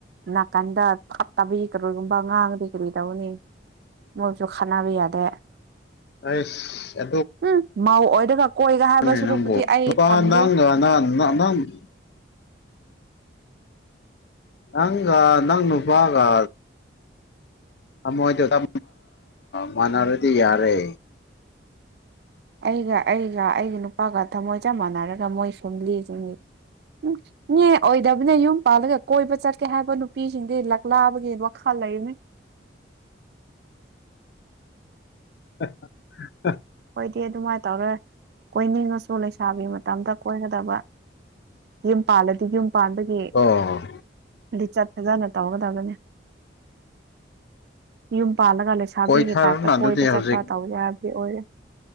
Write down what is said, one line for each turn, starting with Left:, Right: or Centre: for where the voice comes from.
Right: ꯅꯥꯀꯟꯗ ꯊꯞ ꯇꯕ ꯍꯈꯔꯣꯏꯒꯨꯝꯕ ꯉꯥꯡꯉꯗꯤ ꯀꯔꯤ ꯇꯧꯅꯤ ꯃꯎꯁꯨ ꯈꯅꯕꯤ ꯌꯥꯗꯦ
Left: ꯑꯩꯁ
Right: ꯎꯝ ꯃꯥꯎ ꯑꯣꯏꯔꯒ ꯀꯣꯏꯒ ꯍꯥꯏꯕ
Left: ꯣ
Right: ꯁꯨꯔꯨꯛꯄꯨꯗꯤ ꯑꯩ
Left: ꯅ
Right: ꯊꯝꯗꯦ
Left: ꯅ <unintelligible> ꯅꯪ ꯅꯪꯅꯨꯄꯥꯒ ꯊꯃꯣꯏꯗ ꯃꯅꯔꯗꯤ ꯌꯥꯔꯦ
Right: ꯑꯩꯒ ꯑꯩꯒ ꯑꯩꯒ ꯅꯨꯄꯥꯒ ꯊꯝꯃꯣꯏ ꯆꯞ ꯃꯥꯟꯅꯔꯒ ꯃꯣꯏ ꯐꯦꯃꯤꯂꯤꯁꯤꯡ ꯎꯝꯅꯦ ꯑꯣꯏꯗꯕꯅꯦ ꯌꯨꯝ ꯄꯥꯜꯂꯒ ꯀꯣꯏꯕ ꯆꯠꯀꯦ ꯍꯥꯏꯕ ꯅꯨꯄꯤꯁꯤꯡꯗꯤ ꯂꯛꯂꯥꯕꯒꯤ ꯋꯥꯈꯜ ꯂꯩꯅꯦ
Left: ꯑ ꯑ
Right: ꯗꯤ ꯑꯗꯨꯃꯥꯏꯅ ꯇꯧꯔꯣꯏ ꯀꯣꯏꯅꯤꯡꯉꯁꯨ ꯂꯩꯁꯥꯕꯤ ꯇꯇ ꯀꯣꯏꯒꯗꯕ ꯌꯨꯝ ꯄꯥꯜꯂꯗꯤ ꯌꯨꯝ ꯄꯥꯟꯕꯒꯤ
Left: ꯀꯣ
Right: ꯂꯤꯆꯠ ꯐꯖꯅ ꯇꯧꯒꯗꯕꯅꯤ ꯌꯨꯝ ꯄꯥꯜꯂꯒ ꯂꯩꯁꯥꯕꯤꯒꯤ
Left: ꯀꯣꯏꯊꯔꯣꯅ
Right: ꯇꯥꯏꯞꯇ ꯀꯣꯏꯕ
Left: ꯑꯗꯨꯗꯤ ꯍꯧꯖꯤꯛ
Right: ꯆꯠꯄ ꯇꯧꯋꯦ ꯍꯥꯏꯕꯗꯤ ꯑꯣꯏꯔꯦ